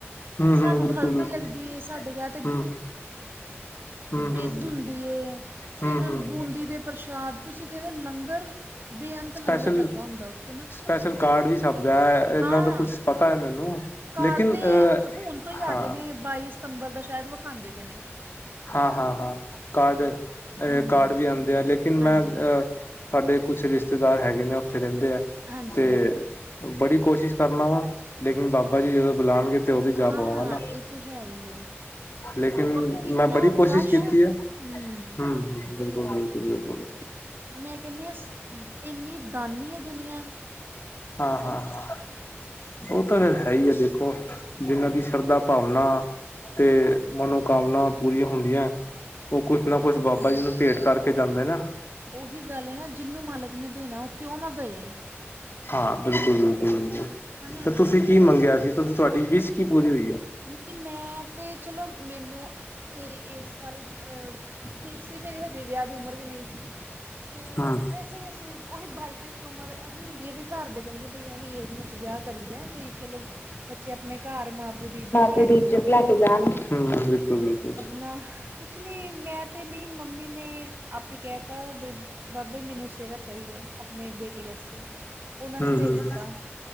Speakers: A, on the left; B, on the right.
A: ਹਮ
B: ਸਾਨੂੰ
A: ਹਮ ਬਿਲਕੁਲ
B: ਹਲਦੀ
A: ਬਿਲਕੁਲ
B: ਲਗਦੀ ਏ ਸਾਡੇ ਵਿਆਹ
A: ਹਮ ਹਮ
B: ਬਿਦ
A: ਹਮ
B: ਹੁੰਦੀ ਐ, ਫਿਰ
A: ਹਮ ਹਮ
B: ਬੂੰਦੀ ਦੇ ਪ੍ਰਸ਼ਾਦ ਤੁਸੀ ਕਹਿਦੇ ਹੋ ਲੰਗਰ ਬੇਅੰਤ
A: ਸਪੈਸ਼ਲ
B: ਲੰਗਰ ਲੱਗਾ ਹੁੰਦਾ ਉੱਥੇ ਨਾ
A: ਸਪੈਸ਼ਲ ਕਾਰਡ ਵੀ ਛਪਦਾ ਹੈ। ਇਹਨਾਂ
B: ਹਾਂ
A: ਦਾ ਕੁਛ ਪਤਾ ਹੈ। ਮੈਨੂੰ
B: ਕਾਰਡ
A: ਲੇਕਿਨ
B: ਤੇ
A: ਅ
B: ਹੁਣ ਤੋਂ ਹੀ ਆ
A: ਹਾਂ
B: ਗਏ ਨੇ ਬਾਈ ਸਤੰਬਰ ਦਾ ਸ਼ਾਇਦ ਵਿਖਾਉਦੇ ਪਏ ਨੇ
A: ਹਾਂ- ਹਾਂ- ਹਾਂ ਕਾਰਡ
B: ਹੂੰ
A: ਕਾਰਡ ਵੀ ਆਉਦੇ ਆ ਲੇਕਿਨ
B: ਹਾਂਜੀ
A: ਮੈ ਅ ਸਾਡੇ ਕੁਛ ਰਿਸ਼ਤੇਦਾਰ ਹੈਗੇ ਨੇ ਉਥੇ ਰਹਿਦੇ ਆ
B: ਹਾਂਜੀ
A: ਤੇ-
B: ਹਾਂਜੀ
A: ਬੜੀ ਕੋਸ਼ਿਸ਼ ਕਰਨਾ ਵਾ ਲੇਕਿਨ ਬਾਬਾ ਜੀ ਜਦੋ ਬੁਲਾਉਣਗੇ ਤੇ ਉਦੋਂ ਹੀ ਜਾ
B: ਹਾਂ
A: ਪਾਵਾਂਗਾ ਨਾ
B: ਇਹ ਤਾਂ ਹੈ ਹੀ ਹੈ
A: ਲੇਕਿਨ
B: ਔਰ ਇੰਨਾ
A: ਮੈਂ ਬੜੀ
B: ਰਸ਼
A: ਕੋਸ਼ਿਸ਼ ਕੀਤੀ ਹੈ।
B: ਹੂੰ
A: ਹਮ ਹ ਬਿਲਕੁਲ- ਬਿਲਕੁਲ- ਬਿਲਕੁਲ
B: ਮੈਂ ਕਹਿੰਦੀਆ ਇਨੀ ਦਾਨੀ ਹੈ। ਦੁਨੀਆਂ-
A: ਹਾਂ ਹਾਂ ਹਾਂ ਉਹ ਤਾਂ ਫੇਰ ਹੈ ਹੀ ਆ ਦੇਖੋ ਜਿੰਹਨਾਂ ਦੀ ਸ਼ਰਧਾ ਭਾਵਨਾ ਤੇ ਮਨੋਕਾਮਨਾ ਪੂਰੀਆਂ ਹੁੰਦੀਆਂ। ਉਹ ਕੁਛ ਨਾ
B: ਇਹ
A: ਕੁਛ
B: ਤੇ
A: ਬਾਬਾ
B: ਹੈ ਹੀ
A: ਜੀ ਨੂੰ ਭੇਟ ਕਰਕੇ ਜਾਂਦੇ ਨਾ
B: ਉਹੀ ਗੱਲ ਹੈ ਨਾ ਜਿਹਨੂੰ ਮਾਲਕ ਨੇ ਦੇਣਾ ਉਹ ਕਿਉਂ ਨਾ ਦੇਵੇ
A: ਹਾਂ ਬਿਲਕੁਲ, ਬਿਲਕੁਲ ਬਿਲਕੁਲ
B: ਹੈ ਨਾ
A: ਤੇ ਤੁਸੀਂ ਕੀ ਮੰਗਿਆ ਸੀ ਤੁਸੀ ਤੁਹਾਡੀ ਵਿਸ਼ ਕੀ ਪੂਰੀ ਹੋਈ ਹੈ।
B: ਨਹੀਂ ਮੈਂ ਤੇ ਚਲੋ, ਮੈਨੂੰ ਮੇਰੀ ਏਜ ਹਜੇ ਠੀਕ ਸੀ ਮੇਰੀ ਹਜੇ ਵਿਆਹ ਦੀ ਉਮਰ ਵੀ ਨਹੀਂ ਸੀ। ਅਤੇ
A: ਹਮ
B: ਵੈਸੇ ਹੀ ਅਸੀਂ ਉਹੀ ਬਾਈ ਤੇਈ ਦੀ ਉਮਰ ਇਹੋ ਜਿਹੀ ਹੁੰਦੀ ਹ ਘਰ ਦੇ ਕਹਿੰਦੇ ਇਹੀ ਏਜ ਵਿੱਚ ਵਿਆਹ ਕਰੀਦਾ ਬਈ ਚਲੋ। ਬੱਚੇ ਆਪਣੇ ਘਰ ਮਾਂ ਪਿਓ ਦੀ ਇੱਜ਼ਤ। ਲੈ
A: ਪੂਰੀ
B: ਕੇ
A: ਇੱਜਤ
B: ਜਾਣ
A: ਲੈ ਕੇ ਜਾਣਗੇ ਬਿਲਕੁਲ ਬਿਲਕੁਲ।
B: ਨਾ ਕੁਛ ਨਹੀਂ ਮੈਂ ਤਾਂ ਨਹੀਂ ਮੰਮੀ ਨੇ ਆਪੇ ਕਹਿ ਦਿੱਤਾ ਵੀ ਬਾਬੇ ਮੈਨੂੰ ਸਿਹਰਾ ਚਾਹੀਦਾ ਆਪਣੇ ਬੇਟੀ ਵਾਸਤੇ ਉਹਨਾਂ ਨੇ
A: ਹਮ
B: ਦੇ
A: ਹਮ
B: ਦਿੱਤਾ।